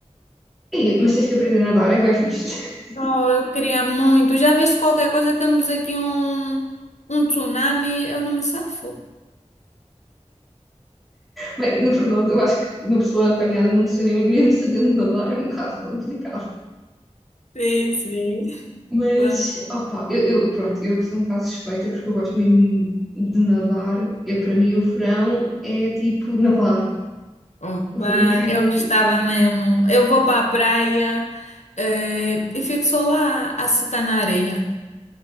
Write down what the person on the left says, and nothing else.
Oh, eu queria muito. Já viste qualquer coisa? Temos aqui um, um tsunami. Eu não me safo.
Sim, sim.
Opa,
opa,
eu gostava mesmo. Eu vou para a praia, eh, e fico só lá a secar na areia.